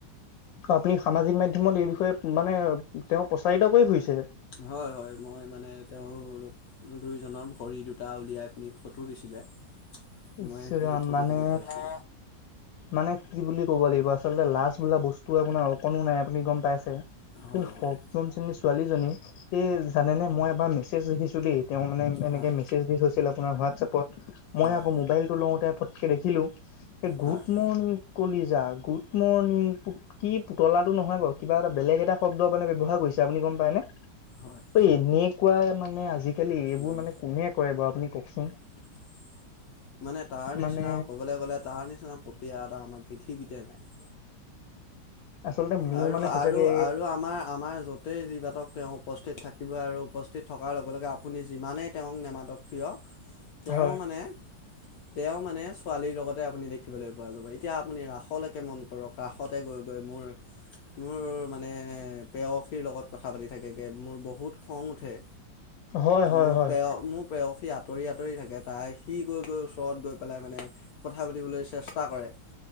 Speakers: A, on the left (about 85°); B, on the left (about 70°).
A: আপুনি সামাজিক মাধ্যমত এই বিষয়ে মানে, তেওঁ প্ৰচাৰিত কৰি ফুৰিছে।
B: হয়, হয়, মই মানে তেওঁলোক দুইজনৰ ভৰি দুটা উলিয়াই পিনে ফটো দিছিলে।
A: ইছৰাম
B: মই সেই, ফটো
A: মানে
B: কপি পাইছো।
A: মানে কি বুলি ক'ব লাগিব? আচলতে লাজ বোলা বস্তু আপোনাৰ অকণো নাই আপুনি গ'ম পাইছে?
B: হয়
A: সেই
B: হয়
A: সপ্তম শ্ৰেণী ছোৱালীজনী এই জানানে, মই এবাৰ মেছেজ দেখিছো দেই, তেওঁ মানে এনেকে
B: হয়
A: মেছেজ দি থৈছিল আপোনাৰ হোৱাটছাপত মই
B: হয়
A: আকৌ মোবাইল টো লওঁতে ফটকে দেখিলো এই গুৰু গুড
B: হয়
A: মৰ্ণিং কলিজা, গুড মৰ্ণিং কু কি পুতলাটো নহয় বাৰু, কিবা এটা বেলেগ এটা শব্দ মানে ব্যৱহাৰ কৰিছে আপুনি গম পায়নে?
B: হয়
A: এই এনেকুৱাই মানে আজিকালি এইবোৰ
B: নাম
A: মানে কোনে কৰে বাৰু আপুনি কওকচোন?
B: <inaudible> মানে তাৰ নিচিনা
A: মানে
B: ক'বলৈ গ'লে তাৰ নিচিনা পপীয়া এটা আমাৰ পৃথিৱীতে নাই।
A: আচলতে
B: আৰু
A: মোৰ মানে
B: আৰু
A: সঁচাকে
B: আৰু আমাৰ আমাৰ য গোটেই যিবাতক তেওঁ উপস্থিত থাকিবই আৰু উপস্থিত থকাৰ লগে লগে আপুনি যিমানেই তেওঁক নেমাতক কিয় তেওঁ
A: হয়
B: মানে তেওঁ মানে ছোৱালীৰ লগতে আপুনি দেখিবলৈ পোৱা যাব এতিয়া আপুনি ৰাসলৈকে মন কৰক ৰাসতে গৈ গৈ মোৰ মোৰ মানে প্ৰেয়সীৰ লগত কথা পাতি থাকেগৈ মোৰ বহুত খং উঠে।
A: হয় হয়
B: মোৰ
A: হয়
B: প্ৰেয় মোৰ প্ৰেয়সী আঁতৰি আঁতৰি থাকে তাই সি গৈ গৈ ওচৰত গৈ পেলাই মানে কথা পাতিবলৈ চেষ্টা কৰে।